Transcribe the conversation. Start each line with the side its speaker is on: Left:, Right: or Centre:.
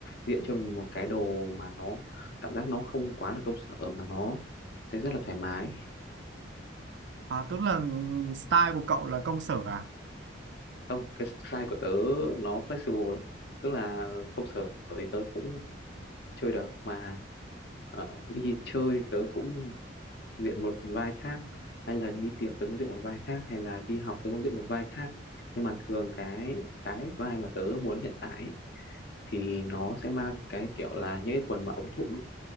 Left: diện cho mình một cái đồ mà nó cảm giác nó không quá là công sở mà nó sẽ rất là thoải mái.
Right: À, tức là style của cậu là công sở à?
Left: Không, cái style của tớ nó flexible lắm. Tức là công sở thì tớ cũng chơi được mà ờ, đi chơi tớ cũng diện một vai khác hay là đi tiệc tớ cũng diện một vai khác hay là đi học tớ cũng diện một vai khác nhưng mà thường cái cái vai mà tớ muốn hiện tại ấy, thì nó sẽ mang cái kiểu là những cái quần mà ống thụng ấy